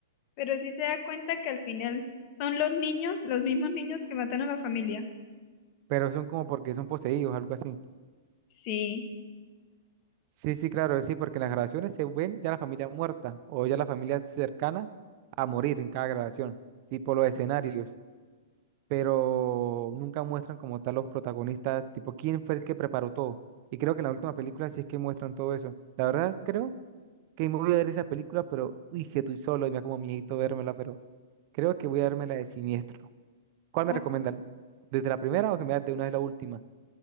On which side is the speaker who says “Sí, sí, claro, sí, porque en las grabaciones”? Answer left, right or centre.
Right